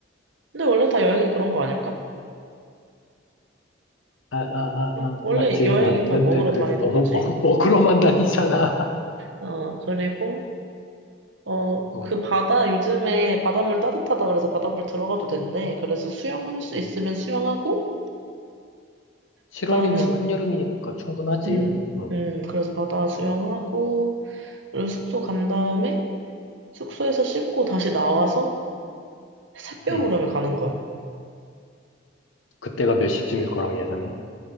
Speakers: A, on the right (about 70°); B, on the left (about 80°).
A: 근데 원래 다 여행이 그런 거 아닐까?
B: 아, 아,
A: 응?
B: 아, 아,
A: 원래
B: 맞지?
A: 여행이
B: 맞는데
A: 다 먹으러
B: 그래도
A: 다니는
B: 너무
A: 거지.
B: <laughs> 먹, 먹으러만 다니잖아. <laughs>
A: 어, 그리고, 어,
B: 어.
A: 그 바다, 요즘에 바닷물 따뜻하다 그래서 바닷물 들어가도 된대. 그래서 수영할 수 있으면 수영하고,
B: 7월이면
A: 그 다음에 숙,
B: 한여름이니까 충분하지.
A: 음,
B: 응,
A: 음, 그래서 바다 수영하고, 그리고 숙소 간 다음에 숙소에서 씻고 다시 나와서 샛별
B: 응,
A: 오름에 가는 거야.
B: 그때가 몇 시쯤일 거라고 예상해?